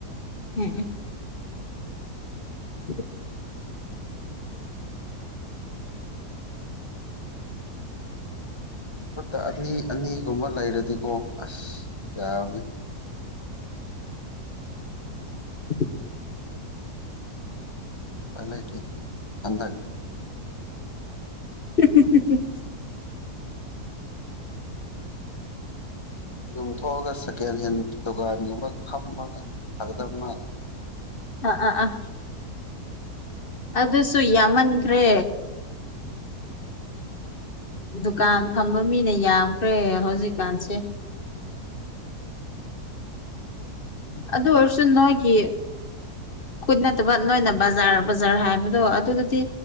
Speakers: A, on the left; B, on the left.
A: ꯎꯝ ꯎꯝ
B: ꯈꯨꯠꯇ ꯑꯅꯤ ꯑꯅꯤꯒꯨꯝꯕ ꯂꯩꯔꯗꯤꯀꯣ ꯑꯁ ꯌꯥꯕꯅꯤ
A: ꯎꯝ
B: ꯄꯂꯦ ꯀ ꯑꯟꯗ
A: ꯎ
B: ꯌꯨꯝꯊꯣꯛꯑꯒ ꯁꯦꯀꯦꯟ ꯍꯦꯟ ꯗꯨꯀꯥꯟꯒꯨꯝꯕ ꯐꯝꯕꯥꯟꯗ ꯑꯗ ꯃꯥ
A: ꯑꯥ ꯑꯥ ꯑꯥ ꯑꯗꯨꯁꯨ ꯌꯥꯝꯃꯟꯈ꯭ꯔꯦ ꯗꯨꯀꯥꯟ ꯐꯝꯕ ꯃꯤꯅ ꯌꯥꯝꯈ꯭ꯔꯦ ꯍꯧꯖꯤꯛꯀꯥꯟꯁꯦ ꯑꯗꯨ ꯑꯣꯏꯔꯁꯨꯟꯣꯏꯒꯤ ꯀꯨꯣꯏꯠ ꯅꯠꯇꯕ ꯅꯣꯏꯅ ꯕꯖꯥꯔ ꯕꯖꯥꯔ ꯍꯥꯏꯕꯗꯣ ꯑꯗꯨꯗꯨꯗꯤ